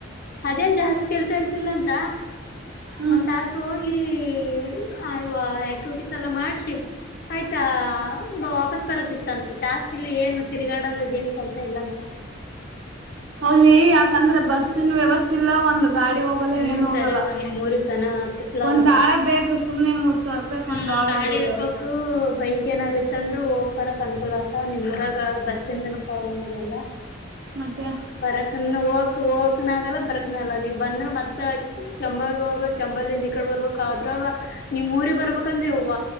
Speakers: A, on the left; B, on the right.
A: ಅದೇನ್ ಜಾಸ್ತಿ ಕೆಲ್ಸ ಇರ್ತಿಲ್ಲ ಅಂತ
B: ಹ್ಮ್
A: ಒಂದ್ ತಾಸ ಹೋಗಿ. <inaudible> ಆಕ್ಟಿವಿಟೀಸ್ ಎಲ್ಲ ಮಾಡ್ಸ ಆಯ್ತ. ವಾಪಸ್ ಬರೋದಿತ್ತಂತು ಜಾಸ್ತಿ ಇಲ್ಲಿ ಏನು ತಿರುಗಾ. ಮಾಡದ ಏನ್ ಕೆಲ್ಸ ಇಲ್ಲ ಅಂತ. <unintelligible>
B: ಅಲ್ಲಿ ಯಾಕಂದ್ರೆ ಬಸ್ಸಿನ ವ್ಯವಸ್ಥೆ ಇಲ್ಲ ಒಂದ್ ಗಾಡಿ ಹೋಗಲ್ಲ
A: ಹ್ಮ
B: ಏನ್ ಹೋಗಲ್ಲ.
A: ಕರವ ನ ತಿಕ್ಲದವ
B: ಒಂದ್ ಆಳ ಬೇಕು ಸುಮ್ನೆ ಮೂರ್ ಸಾವಿರ ರೂಪಾಯಕ್
A: ಹ್ಮ
B: ಒಂದ್ ಆಳ
A: ಗಾಡಿ
B: ಬೇಕ
A: ಇರ್ಬೇಕು ಬೈಕ್ ಏನ್ ಇರ್ ಅತ್ತಂದ್ರ ಹೋಗ್ ಬರಕ್ ಅನುಕೂಲ ಆತ ನಿಮೂರಾಗ ಬಸ್ಸಿಂದನೂ ಪ್ರಾಬ್ಲಮ್ ಅದೆಲ್ಲ
B: ಮತ್ತೆ
A: ಬರಕನ್ನು ಹೋಗ್ ಹೋಕಕ್ನ ಆಗಲ್ಲ ಬರಕಕ್ನಲ್ಲ ನೀವ್ ಬಂದ್ರೆ ಮತ್ತ ಕೆಂಬಾವಿ ಹೋಗ್ಬೇಕ್ ಕೆಂಬಾವಿ ಇಂದ ಈಕಡೆ ಬರ್ಬೇಕ್ ಆದ್ರಾಗ ನಿಮ್ಮ್ ಊರಿಗೆ ಬರ್ಬೇಕಂದ್ರಿ ಯವ್ವ